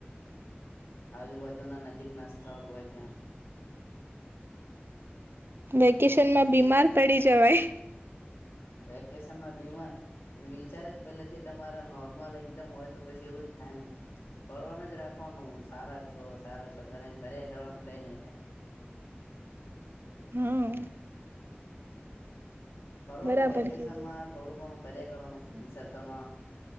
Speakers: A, on the left; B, on the right.
A: આજુબાજુના નજીક ના સ્થળ હોય ત્યાં.
B: વેકેશન માં બીમાર પડી જવાય.
A: વેકેશન માં બીમાર વિચારે જ પેલેથી તમારા નોર્મલ એકદમ હોય તો પછી એવું જ થાય ને? ફરવાનું જ રાખવાનું, સારા છો, સારા છો કરીને ફરયા કરવાનું, કઈ નહીં થાય.
B: હા
A: કરવાનું,
B: બરાબર
A: વેકેશનમાં
B: કીધું
A: થોડું ઘણું ફર્યા કરવાનું ફ્રેન્ડ સર્કલમાં.